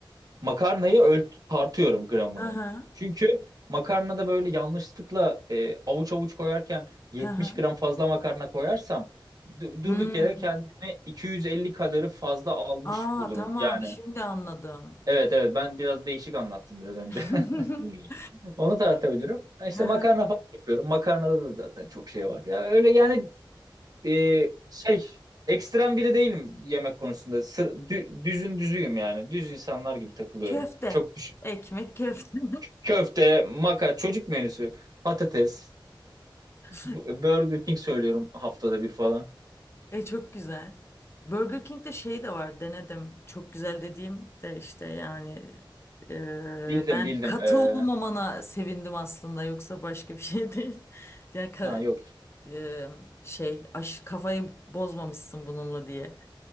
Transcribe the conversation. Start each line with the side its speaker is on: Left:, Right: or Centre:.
Right: Makarnayı ölt tartıyorum gramına.
Left: <laughs> Hı hı.
Right: Çünkü makarnada böyle yanlışlıkla e, avuç avuç koyarken 70
Left: Hı hı.
Right: gram fazla makarna koyarsam du-
Left: Hmm.
Right: durduk yere kendime 250 kalori fazla almış
Left: Aa
Right: bulurum.
Left: tamam
Right: Yani
Left: şimdi anladım.
Right: evet evet ben biraz değişik anlattım biraz önce.
Left: <laughs>
Right: <laughs> Onu tartabilirim. E İşte
Left: Hı hı.
Right: makarna falan yapıyorum. Makarnada da zaten çok şey var. Ya öyle yani e, şey ekstrem biri değilim yemek konusunda. Sır, dü- düzün düzüyüm yani. Düz insanlar gibi takılıyorum.
Left: Köfte.
Right: Çok düş.
Left: Ekmek köfte.
Right: Köfte, maka, çocuk menüsü, patates,
Left: <laughs>
Right: b-
Left: <laughs>
Right: Burger King söylüyorum haftada bir falan.
Left: E çok güzel. Burger King'de şey de var denedim. Çok güzel dediğim de işte yani e,
Right: Bildim
Left: ben
Right: bildim.
Left: katı
Right: Ee,
Left: olmamana sevindim aslında yoksa başka bir şey değil. <laughs> Yani ka-
Right: ha yok.
Left: e, şey aş, kafayı bozmamışsın bununla diye.